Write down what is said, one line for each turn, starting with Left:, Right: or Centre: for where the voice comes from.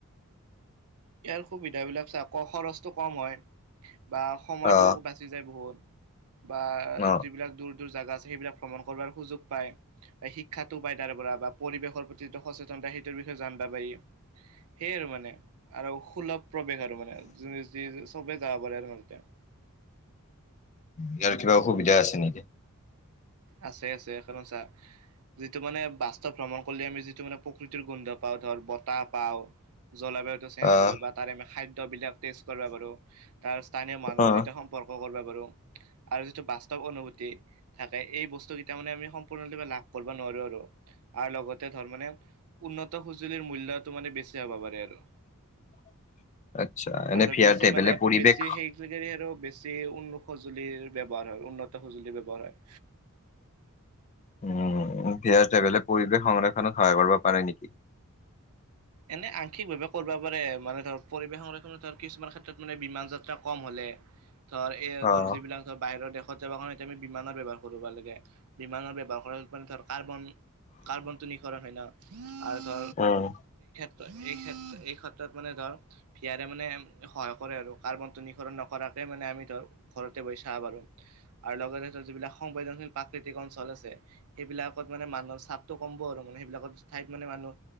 Right: ইয়াৰ সুবিধাবিলাক চ আকৌ খৰচটো কম হয়। বা সময়টোও
Left: অ
Right: বাচি যায় বহুত বা
Left: অ
Right: যিবিলাক দৰ জাগা আছে সেইবিলাক ভ্ৰমণ কৰ সুযোগ পায় বা শিক্ষাটো পায় তাৰ পৰা বা পৰিৱেশৰ প্ৰতি সচেতন তই সেইটোৰ বিষয় সেয়ে আৰু মানে আৰু সুলভ প্ৰৱেশ আৰু মানে যোনে যি চবেই যাব পাৰে আৰু ম।
Left: ইয়াৰ কিবা অসুবিধা আছে নেকি?
Right: আছে আছে এখন চা। যিটো মানে বাস্তৱ ভ্ৰমণ কৰিলে আমি যিটো মানে প্ৰকৃতিৰ গোন্ধ পাওঁ ধৰ বতাহ পাওঁ। জলবায়ুটো চেঞ্জ
Left: আহ
Right: হয় বা তাৰে আমি খাদ্যবিলাক। তেজ কৰিব পাৰো তাৰ স্থানীয় মানুহৰ
Left: অ'।
Right: সৈতে সম্পৰ্ক কৰিবা পাৰো। আৰু যিটো বাস্তৱ অনুভূতি থাক। ত এই বস্তুকেইটা মানে আমি সম্পূৰ্ণৰূপে লাভ কৰিব নোৱাৰোঁ আৰু আৰু লগতে ধৰ মানে উন্নত স সঁজুলিৰ মূল্যটো মানে বেছি হ'ব পাৰে আৰু।
Left: <inaudible> আচ্ছা, এনে
Right: আৰু তাত
Left: ভি
Right: বেছি
Left: আৰ ট্ৰেভেলে
Right: মানে
Left: পৰিৱেশ
Right: বেছি সেই আৰু। বেছি উন্ন সঁজুলিৰ ব্যৱহাৰ হয় উন্নত সঁজুলি ব্যৱহাৰ হয়।
Left: উম এতিয়া বেলেগ পৰিৱেশ সংৰক্ষণত সহায় কৰিব পাৰে নেকি।
Right: এনে আংশিকভাৱে কৰিবা পাৰে মানে ধৰ পৰিবেশ সংৰক্ষণ তাৰ কিছুমান ক্ষেত্ৰত মানে বিমান যাত্ৰা কম হয়। হলে ধৰ ইহঁতৰ
Left: অ',
Right: যিবিলাক ধৰ বাহিৰৰ দেশ। অত কাৰণে আমি বিমানৰ ব্যৱহাৰ কৰিবা লাগে বিমানৰ ব্যৱহাৰ কৰা। ধ কাৰ্বন কাৰ্বনটো নিখৰণ হয় ন আৰু ধ
Left: আহ
Right: এই ক্ষেত্ৰ এই ক্ষেত্ৰত মানে ধৰ ভিয়াৰে মানে সহায় কৰে আৰু কাৰ্বন টো নিহৰণ নকৰাক মানে আমি ধৰ ঘৰতে বহি চাব পাৰো আৰু লগতে ধৰ যিবিলাক সংবেদনশীল প্ৰাকৃতিক অঞ্চল আছে। সেইবিলাকত মানে মানুহৰ চাপটো কমব আৰু মানে সেইবিলাকত ঠাইত মানে মানুহ